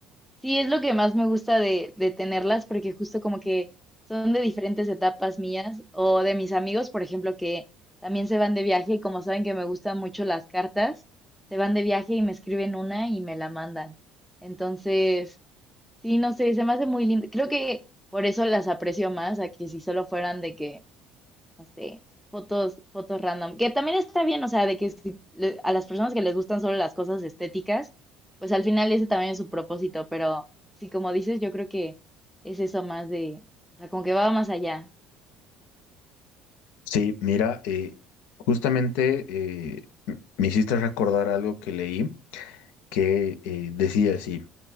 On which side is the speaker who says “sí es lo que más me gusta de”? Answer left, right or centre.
Centre